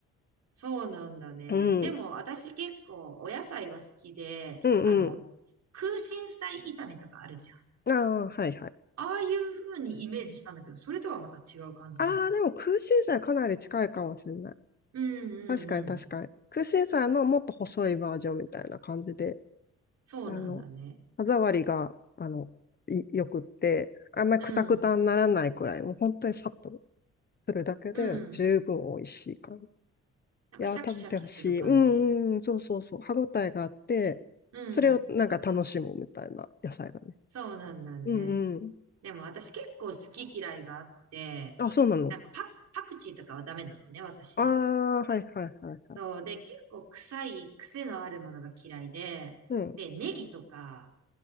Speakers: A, on the right; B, on the left.
A: そうなんだね。
B: うん。
A: でも私結構お野菜は好きで、
B: うんうん。
A: あの、空心菜炒めとかあるじゃん。
B: ああ、はいはい。
A: ああいう風にイメージしたんだけど、それとはまた違う感じなのね。
B: ああ、でも空心菜かなり近いかもしれない。
A: うんうんうん。
B: 確かに確かに。空心菜のもっと細いバージョンみたいな感じで、
A: そうなんだね。
B: あの、歯触りが、あの、いよくって、あんまりクタクタにならないくらい、
A: うん、
B: もう本当にさっとするだけで十分美味しい感い
A: うん。なんかシャキシャキする感じ
B: やー、食べてほしい。うんうん、そうそうそう。歯ごたえがあって、
A: うん。
B: それをなんか楽しむみたいな野菜だね。
A: そうなんだね。
B: うんうん。
A: でも私結構好き嫌いがあって、
B: あ、そうなの。
A: なんかパ、パクチーとかはダメなのね、私。
B: ああ、はいはいはいはい。
A: そう。で、結構臭い癖のあるものが嫌いで、
B: うん。
A: で、ネギとか、